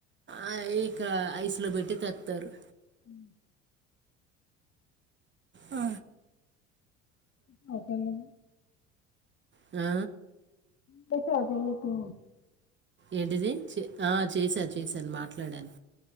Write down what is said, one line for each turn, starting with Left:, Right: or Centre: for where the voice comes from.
Right: ఆ ఇక ఐసులో పెట్టీ తెత్తారు
Left: ఉ
Right: ఆ
Left: చెప్పండి
Right: ఆ
Left: చెప్పు ఆ పిల్ల కి
Right: ఏంటిది చే ఆ చేసా చేశాను మాట్లాడాను